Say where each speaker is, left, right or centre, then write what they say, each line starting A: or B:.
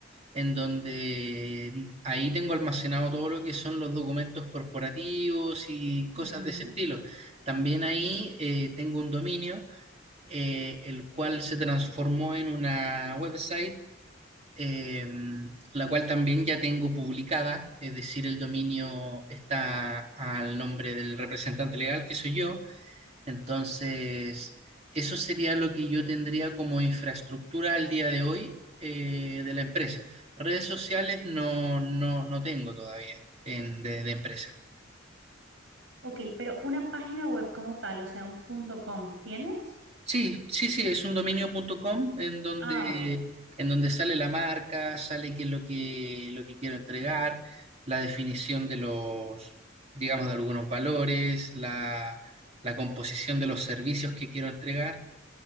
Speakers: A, on the right; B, on the right.
A: en donde ahí tengo almacenado todo lo que son los documentos corporativos y cosas
B: Ujú.
A: de ese estilo. También ahí eh, tengo un dominio, eh, el cual se transformó en una website eh, la cual también ya tengo publicada, es decir, el dominio está al nombre del representante legal, que soy yo. Entonces, eso sería lo que yo tendría como infraestructura al día de hoy eh, de la empresa. Redes sociales no, no, no tengo todavía en- de de empresa.
B: Ok, pero una página web como tal, o sea, un punto .com, ¿tienes?
A: Sí, sí, sí, es un dominio.com en donde,
B: Ah, ok.
A: en donde sale la marca, sale qué es lo que, lo que quiero entregar, la definición de los, digamos, de algunos valores, la, la composición de los servicios que quiero entregar